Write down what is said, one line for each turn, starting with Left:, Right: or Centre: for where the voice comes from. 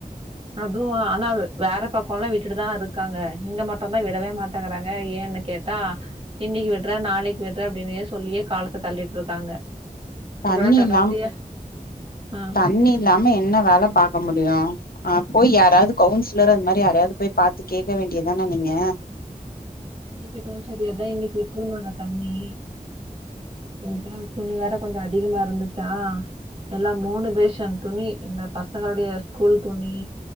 Right: அது ஆனா வேற பக்கல்லா விட்டுட்டுதா இருக்காங்க இங்க மட்டு தா விடவே மாட்டேங்கறாங்க ஏன்னு கேட் டா இன்னிக்கி விட்றே நாளிக்கி விட்றே அப்டின்னே சொல்லியே காலத்த தள்ளிட்டு இருக்காங்க அப்றோ
Left: தண்ணி
Right: கடைசியா
Left: இல்லாம்
Right: ஆ
Left: தண்ணி இல்லாம என்ன வேல பாக்க முடியு போய்
Right: ஆமா
Left: யாராவது கவுன்ச லரு அந்த மாறி யாரவது போய் பாத்து கேக் வேண்டியதானா நீங்க
Right: பேசிட்டோ சேரி அதா இன்னிக்கி விட்டுருவாங்க தண்ணி நேத்து வேற துணி வேற கொஞ்ச அதிகமா இருந்துச்சா எல்லா மூணு பேஷன் துணி இந்த பசங்களுடைய ஸ்கூல் துணி